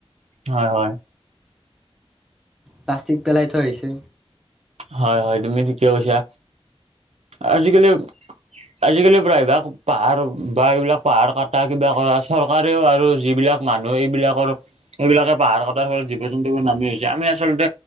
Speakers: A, on the right; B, in the centre.
A: হয়, হয়।
B: প্লাষ্টিক পেলাই থৈ আহিছে।
A: হয়, হয়, তুমি ঠিকে কৈছা, আজিকালি আজিকালি প্ৰায়ভাগ পাহাৰ বা এইবিলাক পাহাৰ কটা কিবা কৰা চৰকাৰেও আৰু যিবিলাক মানুহ এইবিলাকৰ এইবিলাকে পাহাৰ কটাৰ ফলত জীৱ জন্তুবোৰ নামি আহিছে, আমি আচলতে